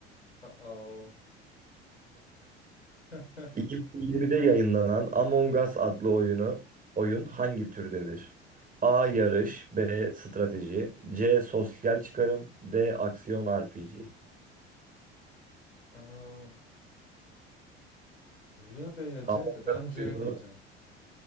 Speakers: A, on the left; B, on the right.
A: Uh-oh. <laughs>
B: 2020'de yayınlanan Among Us adlı oyunu oyun hangi türdedir? A. Yarış B. Strateji C. Sosyal çıkarım D. Aksiyon RPG
A: Ah, ya B ya C
B: Among
A: de ben
B: Us'u-
A: C diyeceğim.